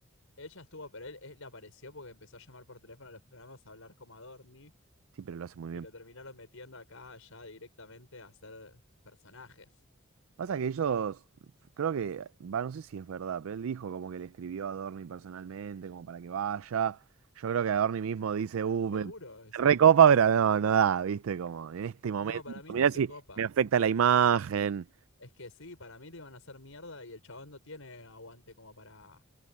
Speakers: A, on the left; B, on the right.
A: Ella estuvo, pero él, él le apareció porque empezó a llamar por teléfono a los programas a hablar como a Dorni
B: Sí, pero lo hace muy
A: y
B: bien.
A: lo terminaron metiendo acá ya directamente a hacer personajes.
B: Pasa que ellos, creo que, va, no sé si es verdad, pero él dijo como que le escribió a Adorni personalmente, como para que vaya. Yo creo que Adorni mismo dice, uh,
A: Seguro
B: me me
A: que sí.
B: recopa, pero no, no da, viste, como en este momento.
A: No, para mí
B: Mirá
A: no se
B: si
A: copa.
B: me afecta la imagen.
A: Es que sí, para mí le iban a hacer mierda y el chabón no tiene aguante como para,